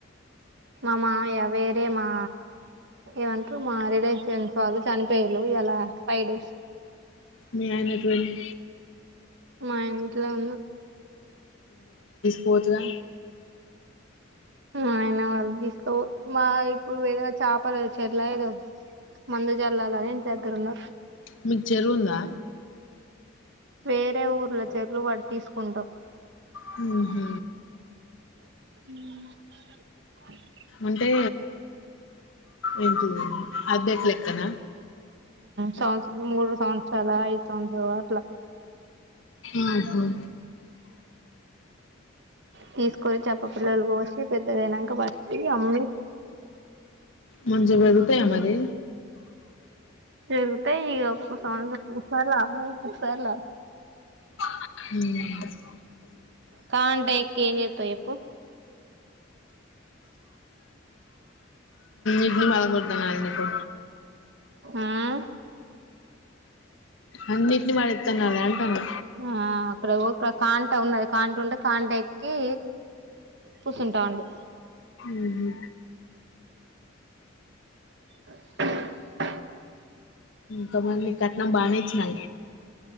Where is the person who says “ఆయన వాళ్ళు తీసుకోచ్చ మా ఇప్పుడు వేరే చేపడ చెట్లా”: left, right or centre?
Right